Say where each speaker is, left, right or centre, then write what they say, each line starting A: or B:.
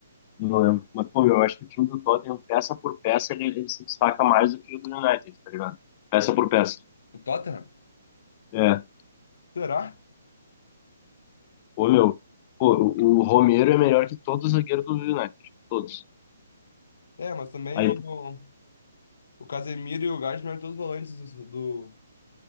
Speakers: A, on the left; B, on the left.
A: Não lembro. Mas, pô, meu, eu acho que o time do Tottenham, peça por peça, ele, ele se destaca mais do que o do United, tá ligado? Peça por peça.
B: O Tottenham?
A: É.
B: Será?
A: Pô, meu, pô, o o Romero é melhor que todos os zagueiros do United. Todos.
B: É, mas também
A: Aí,
B: o, o Casemiro e o Gajmer eram todos volantes do... do-